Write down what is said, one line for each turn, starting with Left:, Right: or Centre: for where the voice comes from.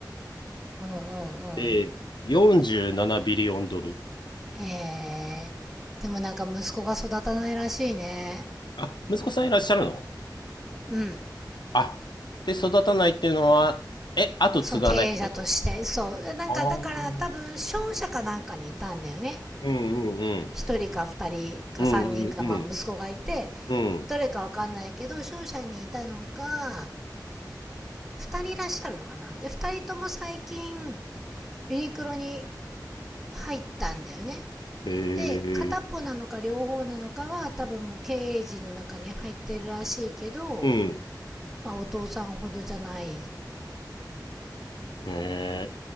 Centre: うんうんうん。
Left: で、47ビリオンドル。
Centre: ええでもなんか息子が育たないらしいね。
Left: あ、息子さんいらっしゃるの
Centre: うん。
Left: あ、で、育たないっていうのは、え、後継がないってこと
Centre: その経営者として。そう。なんかだから多分商社かなんかにいたんだよね。
Left: ああ、うんうんうん
Centre: 一人か二人か三人か、
Left: うん。うんうん
Centre: まあ息子がいて、
Left: うん。うん。
Centre: どれかわかんないけど、商社にいたのが、二人いらっしゃるのかな。で、二人とも最近、ユニクロに入ったんだよね。
Left: へえ。
Centre: で片っぽなのか両方なのかは多分もう経営陣の中に入ってるらしいけど、
Left: うん。
Centre: まあ、お父さんほどじゃない
Left: へえ。